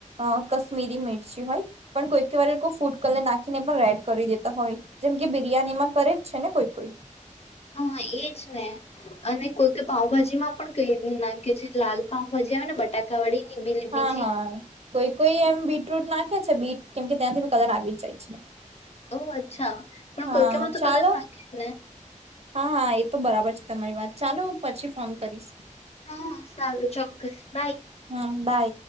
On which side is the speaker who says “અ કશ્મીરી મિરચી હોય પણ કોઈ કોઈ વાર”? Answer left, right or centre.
Right